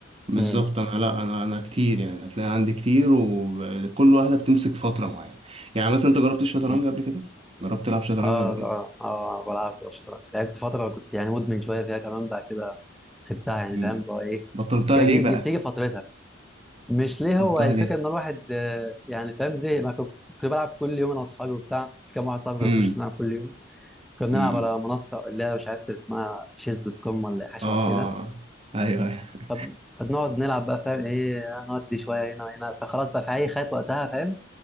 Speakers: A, on the right; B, in the centre.
A: بالظبط
B: امم
A: انا لا انا انا كتير يعني هتلاقي عندي كتير وكل واحدة بتمسك فترة معينة يعني مثلا انت جربت الشطرنج
B: امم
A: قبل كده جربت تلعب شطرنج
B: اه
A: قبل كده
B: اه اه بلعب في الشطرنج لعبت فترة كنت يعني مدمن شوية فيها كمان بعد كده سبتها يعني
A: امم
B: فاهم اللي هو ايه
A: بطلتها
B: جا-
A: ليه
B: جي-
A: بقى
B: جي- بتيجي فترتها مش ليه
A: بطلتها
B: هو الفكرة
A: ليه
B: ان الواحد آه، يعني فاهم زهق ما كنت كنت بلعب كل يوم انا واصحابي وبتاع في كام واحد صاحبي كان
A: امم
B: بيخش نلعب كل يوم كنا بنلعب
A: امم
B: على منصة اللي هي مش عارف كان اسمها شيز دوت كوم ولا حاجة شبه
A: اه آه،
B: كده
A: آه. ايوه ايوه
B: فب- فبنقعد نلعب بقى فاهم ايه نودي شويه هنا هنا فخلاص بقى في اي خيط وقتها فاهم